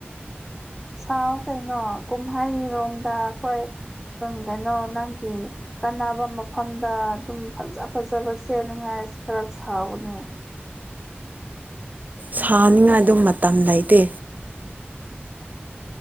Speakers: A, in the centre; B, on the right.
A: ꯁꯥꯥꯎ ꯀꯩꯅꯣ ꯀꯨꯝꯍꯩꯔꯣꯝꯗ ꯑꯈꯣꯏ ꯁꯨꯝ ꯀꯩꯅꯣ ꯅꯪꯒꯤ ꯀꯥꯟꯅꯕ ꯃꯐꯝꯗ ꯑꯗꯨꯝ ꯐꯖ ꯐꯖꯕ ꯁꯦꯠꯅꯤꯉꯥꯏ ꯈꯔ ꯁꯥꯎꯑꯣꯅꯦ
B: ꯁꯥꯅꯤꯉꯥꯏꯗꯨ ꯃꯇꯝ ꯂꯩꯇꯦ